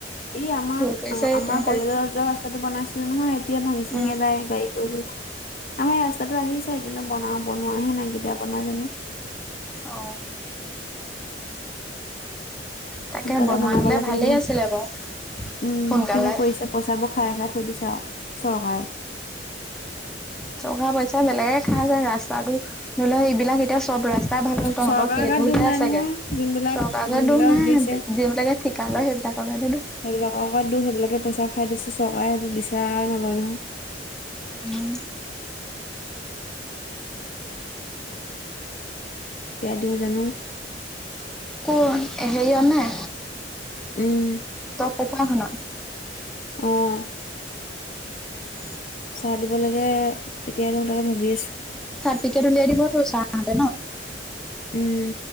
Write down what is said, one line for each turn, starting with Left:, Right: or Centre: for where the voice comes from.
Left: এই আমাক
Centre: কৰিছে
Left: আমাৰ
Centre: তহঁতে
Left: কলেজৰ ৰ যোৱা ৰাস্তাটো বনাইছিলে নহয় এতিয়া ভাঙি চিঙি
Centre: উম
Left: এদায় গাড়ী গ গ আমাৰ এই ৰাস্তাটো আহিছে কিন্তু বনা বনোৱাহে নাই কেতিয়া বনাই জানো।
Centre: অ তাকে
Left: সোনকালে
Centre: বনোৱা
Left: বনাব
Centre: হলে
Left: লাগে
Centre: ভালে
Left: ইমান
Centre: আছিলে বাৰু
Left: উম
Centre: সোনকালে
Left: কিনো কৰিছে পইচাবোৰ খাই খাই থৈ দিছে আৰু চৰকাৰে।
Centre: টকা পইচা বেলেগে খাই যায় ৰাস্তাটো ধৰি লোৱা এইবিলাক এতিয়া চব ৰাস্তাই ভাল হ তহঁতৰ
Left: চৰকাৰৰ
Centre: সেইটো
Left: গাত দুখ
Centre: হে
Left: নাই
Centre: আছোগে
Left: নহয় যোনবিলাক
Centre: চকাৰত
Left: যোনবিলাকক
Centre: দৰ নাই
Left: দিছে।
Centre: যিবিলাকে ঠিকা সেইবিলাকৰ তোক
Left: সেইবিলাকৰ লগত দুখ সেইবিলাকে, পইচা খাই দিছে চৰকাৰে এইবোৰ বিচাৰ নলয় নহয়।
Centre: উম
Left: তেওঁ জানো।
Centre: কোন হেৰিয় নে
Left: উম।
Centre: ত পঢ়োৱাখনত।
Left: আহ।
Centre: <unintelligible>
Left: চাহ দিব লাগে কেতিয় দিয়ো তাকে ভাবি আছো।
Centre: টিকেট উলিয়াই দিবতো চা হতে ন,
Left: উম।